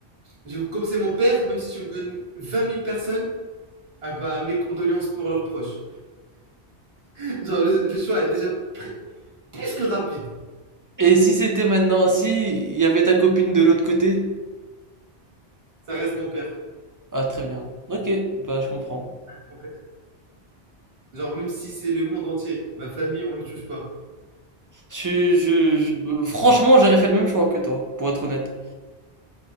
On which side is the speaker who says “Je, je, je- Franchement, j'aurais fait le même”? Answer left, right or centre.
Right